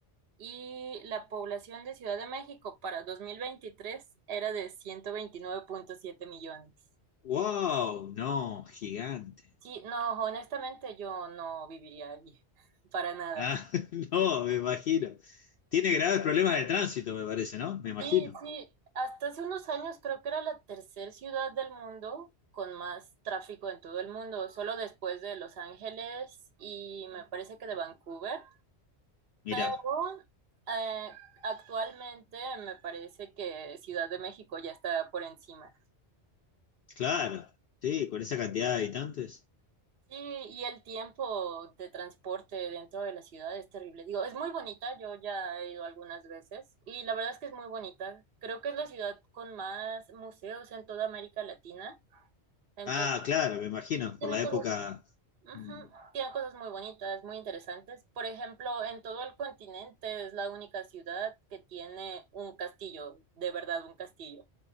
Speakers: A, on the right (about 65°); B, on the left (about 60°).
A: y la población de Ciudad de México para 2023 era de ciento veintinueve punto siete millones.
B: ¡Wow! No, gigante.
A: Sí, no, honestamente yo no viviría allí, <laughs> para nada.
B: Ah, <laughs> no, me imagino. Tiene graves problemas de tránsito, me parece, ¿no? Me imagino.
A: Sí, sí, hasta hace unos años creo que era la tercer ciudad del mundo con más tráfico en todo el mundo, solo después de Los Ángeles y me parece que de Vancouver.
B: Mirá,
A: Pero, eh, actualmente me parece que Ciudad de México ya está por encima.
B: claro, sí, con esa cantidad de habitantes.
A: Sí, y el tiempo de transporte dentro de la ciudad es terrible. Digo, es muy bonita, yo ya he ido algunas veces y la verdad es que es muy bonita. Creo que es la ciudad con más museos en toda América Latina. Entonces,
B: Ah, claro, me imagino,
A: y tiene
B: por la
A: cosas,
B: época.
A: ujú,
B: Mm,
A: tiene cosas muy bonitas, muy interesantes. Por ejemplo, en todo el continente es la única ciudad que tiene un castillo, de verdad un castillo